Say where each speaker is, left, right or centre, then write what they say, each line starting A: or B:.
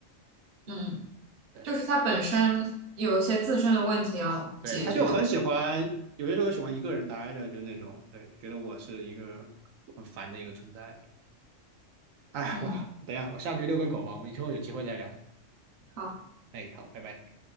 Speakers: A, on the right; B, on the right.
A: 嗯，
B: 对
A: 就是它本身有一些自身的问题要解决。
B: 对，他就很喜欢，有些时候喜欢一个人待着，就那种，对，觉得我是一个很烦的一个存在。哎，
A: 嗯，
B: 哇，等一下，我下去遛个狗吧，我们以后有机会再聊。
A: 好。
B: 哎，好，拜拜。